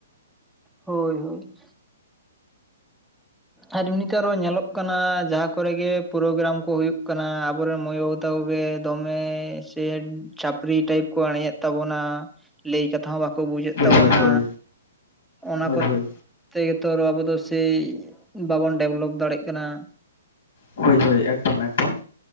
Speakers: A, in the centre; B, on the left (about 70°).
A: ᱦᱳᱭ ᱦᱳᱭ᱾ ᱟᱨ ᱮᱢᱱᱤ ᱛᱮ ᱟᱨᱚ ᱧᱮᱞᱚᱜ ᱠᱟᱱ ᱚᱱᱟ ᱡᱟᱦᱟᱸ ᱠᱚᱨᱮ ᱜᱮ ᱯᱨᱳᱜᱨᱟᱢ ᱠᱚ ᱦᱳᱭᱳᱜ ᱠᱟᱱᱟ ᱟᱵᱚᱨᱮᱱ ᱢᱟᱹᱭ ᱵᱟᱹᱵᱩ ᱛᱟᱠᱚᱜᱮ ᱫᱚᱢᱮ ᱛᱮᱦᱮᱱ ᱪᱷᱟᱯᱨᱤ ᱴᱟᱭᱤᱯ ᱠᱚ ᱟᱲᱮᱡᱮᱫ ᱛᱟᱵᱚᱱᱟ ᱞᱟᱹᱭ ᱠᱟᱛᱷᱟ ᱦᱚᱸ ᱵᱟᱠᱚ ᱵᱩᱡᱮᱫ
B: ᱦᱳᱭ
A: ᱛᱟᱵᱚᱱᱟ᱾
B: ᱦᱳᱭ ᱦᱳᱭ
A: ᱚᱱᱟ
B: ᱦᱳᱭ
A: ᱠᱚ
B: ᱦᱳᱭ
A: ᱛᱮᱜᱮ ᱛᱚ ᱟᱨᱚ ᱟᱵᱚ ᱫᱚ ᱥᱮᱭ ᱵᱟᱵᱚᱱ ᱰᱮᱵᱷᱞᱚᱯ ᱫᱟᱲᱮᱜ ᱠᱟᱱᱟ᱾
B: ᱦᱳᱭ ᱦᱳᱭ ᱮᱠᱫᱚᱢ ᱮᱠᱫᱚᱢ᱾